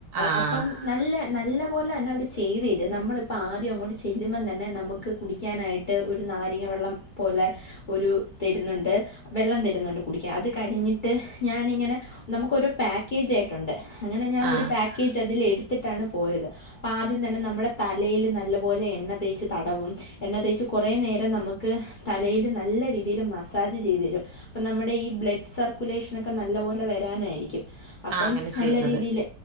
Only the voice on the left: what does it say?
അപ്പം നല്ല നല്ല പോോലെ തന്നെ അവർ ചെയ്തു തരും നമ്മളിപ്പോം ആദ്യം അങ്ങോട്ട് ചെല്ലുമ്പം തന്നെ നമുക്ക് കുടിക്കാനായിട്ട് ട്ട് ഒരു നാരങ്ങ വെള്ളം പോലെ ഒരു തരുന്നുണ്ട് വെള്ളം തരുന്നുണ്ട് കുടിക്കൻ അത് കഴിഞ്ഞിട്ട് ഞാനിങ്ങനെ നമുക്ക് ഒരോ പാക്കേജ ആയിട്ടുണ്ട് അങ്ങനെ ഞാൻ
ഒരു പാക്കേജ് അതിൽ എടുത്തിട്ടാണ് പോയത് അപ്പ ആദ്യം തന്നെ നമ്മുടെ തലൽ നല്ല പോലെ എണ്ണ തേച്ച് തടവും എണ്ണ തേച്ച് കുറെേ നേരം നമുക്ക് തലയില് നല്ല രീതിയിൽ മസ ാജ് ചെയ്തു തരും അപ്പൊ നമ്മുടെ ഈ ബ്ലഡ് സർക്കുലേഷനക്കെ നല്ല പോലെ വരാനായിരിക്കും അപ്പം
നല്ല
രീതിയിൽ